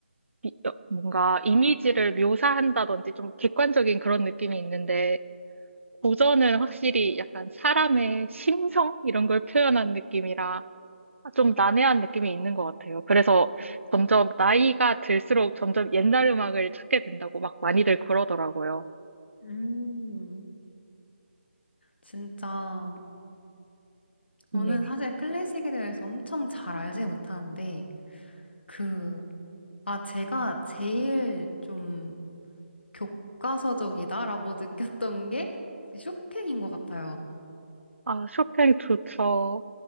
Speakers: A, on the right (about 85°); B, on the left (about 55°).
A: 이- 어, 뭔가 이미지를 묘사한다든지 좀 객관적인 그런 느낌이 있는데 고전은 확실히 약간 사람의 심성 이런 걸 표현한 느낌이라 좀 난해한 느낌이 있는 것 같아요. 그래서 점점 나이가 들수록 점점 옛날 음악을 찾게 된다고 막 많이들 그러더라고요.
B: 음, 진짜,
A: 네네.
B: 저는 사실 클래식에 대해서 엄청 잘 알지 못하는데, 그, 아, 제가 제일 좀 교과서적이다라고 느꼈던 게 쇼팽인 것 같아요.
A: 아, 쇼팽 좋죠.